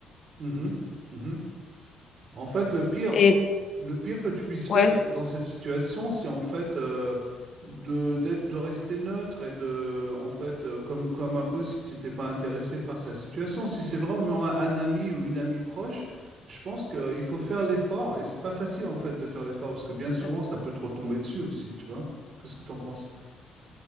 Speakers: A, on the right; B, on the left.
A: Mhm. Mhm. En fait, le pire,
B: Et
A: le pire que tu puisses
B: ouais,
A: faire dans, dans cette situation, c'est en fait euh, de, d'être- de rester neutre et de, en fait, euh, comme, comme un peu si tu n'étais pas intéressé par sa situation. Si c'est vraiment un, un ami ou une amie proche, je pense qu'il faut faire l'effort. Et c'est pas facile en fait de faire l'effort parce que bien souvent,
B: mmh,
A: ça peut te retomber dessus aussi, tu vois. Qu'est-ce que tu en penses?